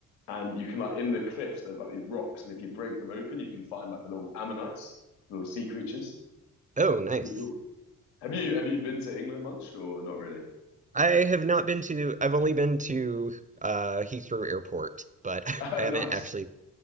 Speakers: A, on the left (about 80°); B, on the right (about 20°).
A: and you can like in the cliffs there's like these rocks, and if you break them open, you can find like the little ammonites, little sea creatures.
B: <laughs> oh nice.
A: It's pretty cool. Have you have you been to England much or not really? <laughs>
B: I have not been to. I've only been to uh, Heathrow Airport, but <laughs>
A: Oh,
B: I haven't
A: nice.
B: actually